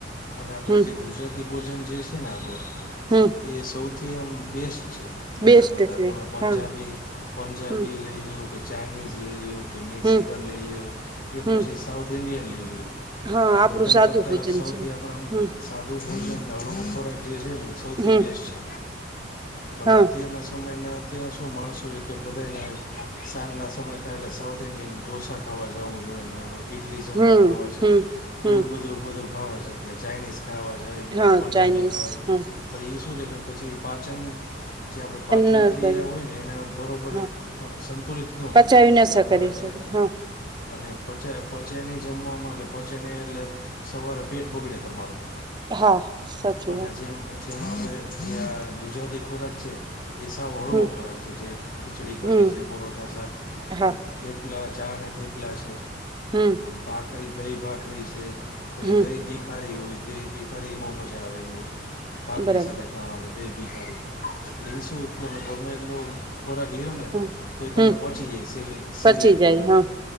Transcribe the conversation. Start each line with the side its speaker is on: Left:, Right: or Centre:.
Left: અને આપણે
Right: હમ
Left: જે ગુજરાતી ભોજન જે છે ને આપણું
Right: હમ
Left: એ સૌથી આમ બેસ્ટ છે બધા
Right: બેસ્ટ
Left: કરતા
Right: છે
Left: તમે પંજાબી
Right: હા
Left: પંજાબી
Right: હમ
Left: લઈ લ લોયો કે ચાઇનીઝ લઈ લોયો કે મેક્સિકન
Right: હમ
Left: લઈ લોયો કે
Right: હમ
Left: પછી સાઉથ ઇન્ડિયન લઈ લો
Right: હા
Left: એ
Right: આપડું
Left: બધા
Right: સાદું
Left: કરતાં
Right: ભોજન
Left: સૌથી
Right: છે
Left: આપણા
Right: હમ
Left: સાદું ભોજનને હળવ ખોરાક જે છે ને એ સૌથી
Right: હમ
Left: બેસ્ટ છે પણ
Right: હા
Left: નતીએ અને સમ મહના અત્યારે શું માણસો છે કે બધાના સાંજના સમય થાય એટલે સાઉથ ઇન્ડિયન ઢોસા ખાવા જવું જોઈએ ને ઇડલી સાંભાર
Right: હમ
Left: ખાવા છે.
Right: હમ હમ
Left: એવું બધું બધું ખવાય છે ત્યાં ચાઇનીઝ ખાવા જાયને
Right: હા
Left: પંજાબી
Right: ચાઇનીઝ
Left: ખાવા જ
Right: હમ
Left: પણ એ શું છે કે પછી પાચન જે આપણે પાચન
Right: ન
Left: ક્રિયા
Right: કરી
Left: હોય ને એને બરાબર
Right: હા
Left: પણ સંતુલિત ન
Right: પચાવી
Left: કરે
Right: ન
Left: જે ખોરાક
Right: કરી શકે
Left: છે ને
Right: હા
Left: અને પચ્યા પહોંચે નહી જમવાવામાં એટલે પહોંચે નહીં એટલે સવારે પેટ બગડે તમારું.
Right: હા સાચી
Left: અને
Right: વાત
Left: જેમ જેમાં આપણે જે ગુજરાતી ખોરાક છે. પસાવ હળવો
Right: હમ
Left: ખોરાક છે જે ખીચડી કટી
Right: હમ
Left: છે. પરોઠા શાક
Right: હા
Left: થેપલા ચા અને થેપલા છે.
Right: હમ
Left: ભાખરી દહી ભાખરી છે પછી
Right: હમ
Left: દહી ભીખારી હોય દ ખરી બહુ મજા આવે ભાકરી
Right: બરાબર
Left: સાથે- કવાની એ દ દથીખે રિન્સો એટલા બોમેરલો ખોરાક લીયો ને
Right: હમ
Left: તો એ
Right: હમ
Left: તમને પહોંચી ગાય સેલી સેલાઈમ.
Right: પચી જાય હા